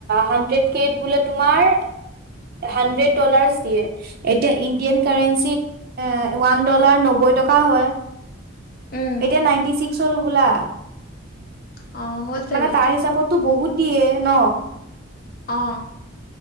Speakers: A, on the right (about 50°); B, on the left (about 45°).
A: হাড্ৰেড কে বো তোমাৰ হাড্ৰেড ডলাৰ দিয়ে এতিয়া ইণ্ডিয়ান কাৰেঞ্চিত এ ওৱান ডলাৰ নব্বৈ টকা হয়
B: উম
A: এতিয়া নাইনটি ছিক্স হ'লো বোলা
B: অ হ'ল চাগে
A: মানে তাৰ হিচাপতটো বহুত দিয়ে ন
B: অ